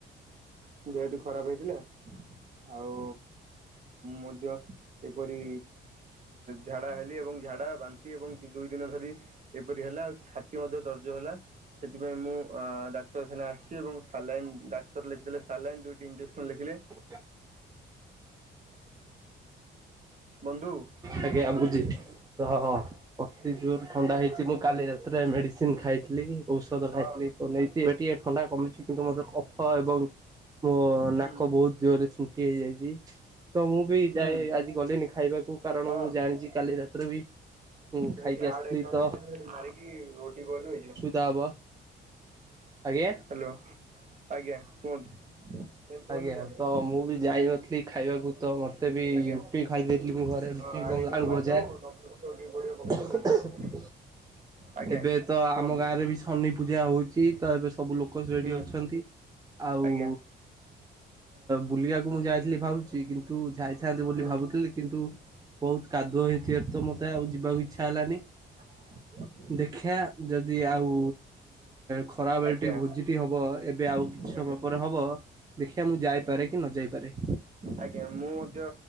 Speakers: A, on the right; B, on the right.
A: ଦେହଟି ଖରାପ୍ ହେଇଥିଲା ଆଉ ମଧ୍ୟ ଏପରି ଝାଡା ହେଲି ଏବଂ ଝାଡା ବାନ୍ତି ଏବଂ ଦୁଇ ଦିନ ଧରି ଏପରି ହେଲା ଆଉ ଛାତି ମଧ୍ୟ ଦରଜ ହେଲା ସେଥିପାଇଁ ମୁଁ ଅ -ଡାକ୍ତରଖାନା ଆସିଚି ଏବଂ ସାଲାଇନ୍ ଡାକ୍ତର ଲେଖିଦେଲେ ସାଲାଇନ୍ ଦୁଇଟି ଇଞ୍ଜେକ୍ସନ୍ ଲେଖିଲେ
B: <unintelligible>
A: ବନ୍ଧୁ
B: ଆଜ୍ଞା ବୁଝି ତ ହ ଅତି ଜୋର ଥଣ୍ଡା ହେଇଛି ମୁଁ କାଲିରେ ରେ ମେଡିସିନ ଖାଇଥିଲି ଔଷଧ
A: ହଁ
B: ଖାଇଥିଲି ତ ନେଇି ଟିକେ ଥଣ୍ଡା କମିଛି କିନ୍ତୁ ମୋର କଫ ଏବଂ ମୋ
A: ହୁଁ
B: ନାକ ବହୁତ ଜୋରରେ ହେଇଯାଇଛି ତ ମୁଁ ବି
A: ହୁଁ
B: ଯାଏ ଆଜି ଗଲିନି ଖାଇବାକୁ କାରଣ
A: ହଁ
B: ମୁଁ ଜାଣିଛି କାଲି ରାତିରେ ବି ହୁଁ
A: ସେଇଠି
B: ଖାଇକି ଆସିଥିଲି
A: ଆଡ ଏକାଉଣ୍ଟ
B: ତ
A: ଲେଖା ହେଇଚି ମାରିକି ଓଟିିପି ପକେଇ ଦିଅ ହେଇଯିବ
B: ଦବା ଆଜ୍ଞା।
A: ହ୍ୟାଲୋ ଆଜ୍ଞା କୁହନ୍ତୁ? ତୋରି
B: ଆଜ୍ଞା
A: ଫୋନ୍ ରେ
B: ତ ମୁଁ ବି ଯାଇନଥିଲି ଖାଇବାକୁ ତ ମତେ ବି
A: ଆଜ୍ଞା
B: ରୁଟି ଖାଇ ଦେଇଥିଲି ମୁ ଘରେ ରୁଟି
A: ହଁ ଆଡ଼େ ଆକାଉଣ୍ଟ
B: ଆଳୁ
A: ମାରିଦେବୁ
B: ଭଜା
A: ନମ୍ବର ପକେଇ ଓ ଟି ପି ପଡ଼ିବ
B: <inaudible>
A: ପକେଇଦେବୁ ହେଇଗଲା ଆଜ୍ଞା
B: ଏବେ ତ
A: କୁହନ୍ତୁ
B: ଆମ ଗାଁ ରେ ବି ସନି ପୂଜା ହଉଛି ତ ଏବେ ସବୁ ଲୋକ ରେଡି
A: ହୁଁ
B: ଅଛନ୍ତି ଆଉ
A: ଆଜ୍ଞା
B: ବୁଲିବାକୁ ମୁଁ ଯାଇ ଭାବୁଛି କିନ୍ତୁ ଯାଇଥାନ୍ତ ବୋଲି
A: ହୁଁ
B: ଭାବୁଥିଲି କିନ୍ତୁ ବହୁତ କାଦୁଅ ହେଇଥିବ ତ ମତେ ଆଉ ଯିବାକୁ ଇଚ୍ଛା ହେଲାନି
A: <inaudible>
B: ଦେଖିବା ଯଦି ଆଉ ଖରାବେଳେ
A: ଆଜ୍ଞା
B: ଟିକେ ଭୋଜିଟି ହବ ଏବେ ଆଉ
A: ଆଜ୍ଞା
B: କିଛି ସମୟ ପରେ ହବ ଦେଖିବା ମୁଁ ଯାଇପାରେ କି ନ ଯାଇପାରେ
A: ଆଜ୍ଞା ମୁଁ ମଧ୍ୟ